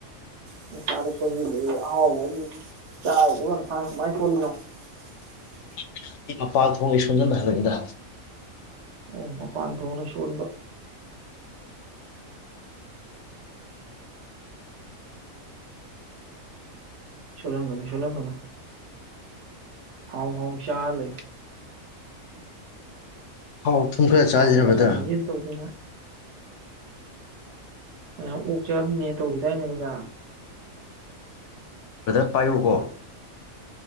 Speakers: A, on the right; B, on the left.
A: <unintelligible> <unintelligible> <unintelligible>
B: <unintelligible> <unintelligible>
A: ꯑꯣ ꯃꯄꯥꯟ ꯊꯣꯛꯗ ꯁꯣꯟꯕ ꯁꯣꯜꯂꯟꯒꯅꯨ ꯁꯣꯜꯂꯟꯒꯅꯨ ꯍꯥꯎ ꯍꯥꯎ ꯆꯥꯔꯥ ꯂꯩꯌꯨ
B: ꯑꯍꯥꯎ ꯑꯊꯨꯝ ꯈꯔ ꯆꯥꯖꯤꯅꯦ
A: ꯑꯍꯥꯎ ꯍꯛꯆꯥꯡ
B: ꯕꯗ꯭ꯔ
A: ꯁꯥꯖꯦꯜ ꯇꯧꯗꯅ ꯃꯌꯥꯝ ꯑꯣꯛ ꯆꯥꯅꯥꯅꯦ ꯇꯧꯒꯤꯗꯥꯏꯅꯦ ꯅꯨꯃꯤꯗꯥꯡ
B: ꯕꯔꯗꯔ ꯄꯥꯏꯌꯨꯀꯣ